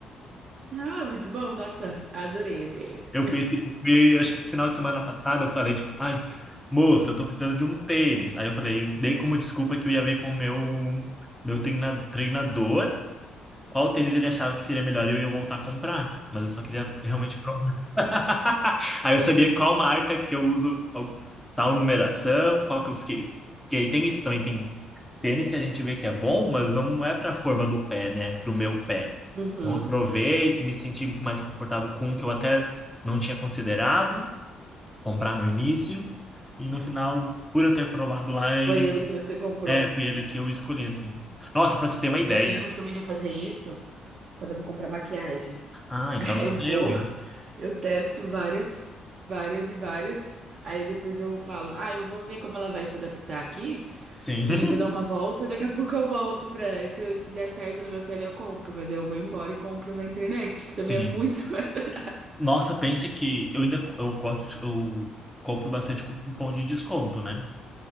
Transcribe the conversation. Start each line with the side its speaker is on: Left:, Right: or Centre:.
Right: Ah, muito bom. Nossa, adorei a ideia.
Centre: Eu fui, eu fui, acho que final de semana passada, eu falei, tipo, ai, moça, eu tô precisando de um tênis. Aí eu falei, dei como desculpa que eu ia ver com o meu, meu treina- treinador qual tênis ele achava que seria melhor e eu ia voltar a comprar. Mas eu só queria realmente provar. <laughs> Aí eu sabia qual marca que eu uso, al- tal numeração, qual que eu fiquei. Porque aí tem isso também, tem tênis que a gente vê que é bom, mas não é para a forma do pé, né? Para o meu pé.
Right: Uhum.
Centre: Então, eu provei, me senti mais confortável com um que eu até não tinha considerado comprar no início. E no final, por eu ter provado lá, ele
Right: Foi ele que você comprou.
Centre: é, foi ele que eu escolhi, assim. Nossa, para você ter uma ideia.
Right: Eu tenho o costume de fazer isso quando eu vou comprar maquiagem.
Centre: Ah, então
Right: <laughs>
Centre: não
Right: Eu vou,
Centre: é eu. viu?
Right: eu testo várias, várias e várias. Aí depois eu falo, ah, eu vou ver como ela vai se adaptar aqui
Centre: Sim,
Right: e
Centre: <laughs>
Right: vou dar uma volta. Daqui a <laughs> pouco eu volto pra. Se, eu- se der certo na minha pele, eu compro. Mas aí eu vou embora e compro na internet, que também
Centre: sim.
Right: é muito <laughs> mais barato.
Centre: Nossa, pense que eu ainda eu gosto, de- eu compro bastante com cupom de desconto, né?